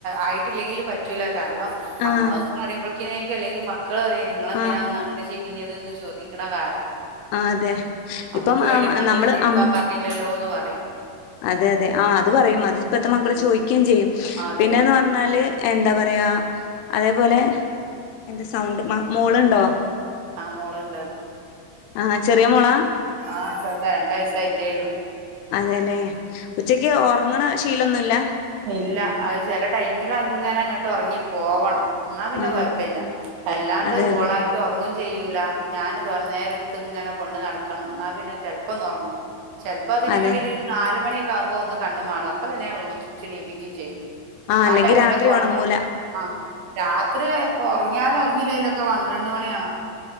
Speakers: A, on the right (about 75°); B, on the left (about 85°).
A: ആയിട്ടില്ലെങ്കില് പറ്റ് റ്റൂലാ കാരണം നമ്മളൊന്ന്
B: ആഹ്
A: പറയുമ്പോഴേക്കെ അല്ലെങ്കി മക് കള് പറയും നിങ്ങളെന്തിനാ
B: ആഹ്
A: അന്ന് അങ്ങനെ ചെയ് <unintelligible> തീന്നു ചോദിക്കണ കാലാ.
B: ആ അതെ
A: അമ്മക്ക്
B: ഇപ്പം
A: വേണ്ടി
B: ആ
A: മാത്രം
B: നമ്മള്
A: ജീവിക്കാൻ
B: അം
A: പറഞ്ഞില്ലല്ലോന്ന് പറയും.
B: അതെ അതെ ആ അത് പറയും. അത് ഇപ്പഴത്തെ മക്കള്
A: ഉം.
B: ചോദിക്കുകയും ചെയ്യും.
A: അതെ.
B: പിന്നെന്ന് പറഞ്ഞാല് എന്താ പറയാ അതേപോലെ എന്താ സൗണ്ട് മോൾുണ്ടോ
A: ആഹ് മോളണ്ട് അതാ
B: ആ ചെറിയ മോളെ
A: ആഹ് ചെറുത രണ്ട വ യസായിട്ടേഏു
B: അതെല്ലേ ഉച്ചക്ക് ഉറങ്ങണ ശീലൊന്നുമില്ല
A: ഇല്ല അത് ചില ടൈമിൽ അങ്ങനെങ്ങ് ഇട്ട് ഉറങ്ങി പോവണം എന്നാ പിന്നെ
B: ആ
A: കൊഴപ്പില്ല അല്ലാണ്ട്
B: അതെല്ലേ
A: ഓളായിട്ട് ഉറങ്ങും ചെയ്യൂല ഞാാന് തോന്ന നേരത്ത് ഇങ്ങനെ കൊണ്ട് നടക്കണം എന്നാ പിന്നെ ചെിലപ്പംുറങ്ങും ചിലപ്പോ അതിനന്
B: അതെ
A: വേണ്ടി നാല് മണിയൊക്കെ ആകുമ്പോ ഒന്ന് കണ് മാളും അപ്പൊ തന്നെിച്ചക്ഷണീയിപ്പിക്കയും ചെയ്യും ആ
B: അല്ലെങ്കിൽ
A: ടൈമിലൊക്കെ
B: രാത്രി
A: ഉറങ്ങി
B: ഉണങ്ങൂല
A: ആ രാത്രി ഉറങ്ങിയാലും കുങ്ങിലേയിലൊക്കെ പന്ത്രണ്ട് മണിയണ